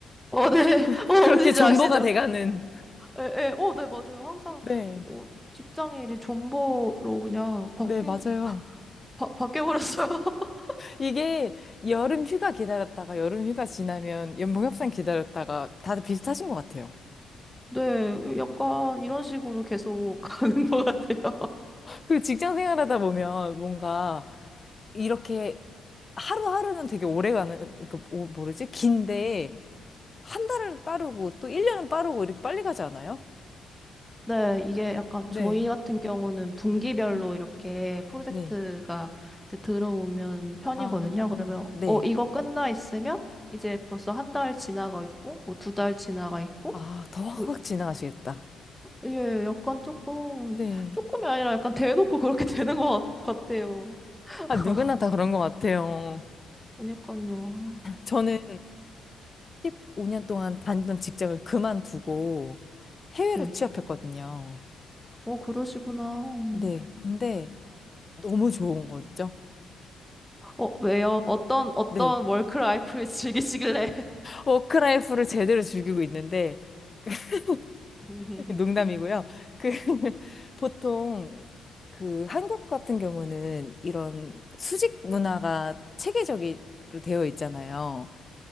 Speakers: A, in the centre; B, on the left.
A: 어, 네,
B: <laughs>
A: <laughs> 어,
B: 그렇게
A: 아시죠,
B: 존버가
A: 아시죠?
B: 돼가는.
A: 예, 예, 어, 네, 맞아요. 항상,
B: 네.
A: 어, 직장 일이 존버로 그냥 바뀐,
B: 네, 맞아요.
A: 바, 바뀌어버렸어요. <laughs>
B: 이게 여름 휴가 기다렸다가 여름 휴가 지나면 연봉 협상 기다렸다가 다들 비슷하신 것 같아요.
A: 네, 약간 이런 식으로 계속 <laughs> 가는 것 같아요.
B: 그리고 직장 생활하다 보면 뭔가 이렇게 하루하루는 되게 오래 가는, 그, 뭐- 뭐지? 긴데 한 달은 빠르고 또 1년은 빠르고 이렇게 빨리 가지 않아요?
A: 네, 이게 약간
B: 네.
A: 저희 같은 경우는 분기별로 이렇게 프로젝트가
B: 네.
A: 이제 들어오면 편이거든요.
B: 아,
A: 그러면
B: 네.
A: 어, 이거 끝나 있으면 이제 벌써 한 달 지나가 있고 뭐 두 달 지나가 있고
B: 아, 더
A: 그
B: 확확 지나가시겠다.
A: 예, 약간 조금
B: 네.
A: 조금이 아니라 약간 대놓고 그렇게 <laughs> 되는 것 같- 같아요. <laughs>
B: 아, 누구나 다 그런 것 같아요.
A: 그러니까요.
B: 저는 15년 동안 다니던 직장을 그만두고 해외로
A: 네.
B: 취업했거든요.
A: 어, 그러시구나.
B: 네.
A: 음.
B: 근데 너무 좋은 거 있죠?
A: 어, 왜요? 어떤 어떤
B: 네.
A: 워크라이프를 즐기시길래?
B: 워크라이프를 제대로 즐기고 있는데, <laughs>
A: <laughs> 음.
B: 농담이고요. 그, <laughs> 보통, 그, 한국 같은 경우는 이런 수직 문화가 체계적으로 되어 있잖아요.